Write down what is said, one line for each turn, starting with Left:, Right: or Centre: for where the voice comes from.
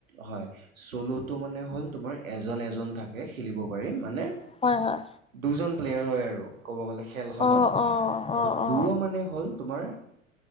Right: হয়, চ'ল'টো মানে হ'ল তোমাৰ এজন এজন থাকে খেলিব পাৰি মানে
Left: হয়, হয়।
Right: দুজন প্লেয়াৰ হয় আৰু ক'ব গ'লে খেলখনত
Left: অ অ
Right: আৰু
Left: অ অ
Right: দুয়ো মানে হ'ল তোমাৰ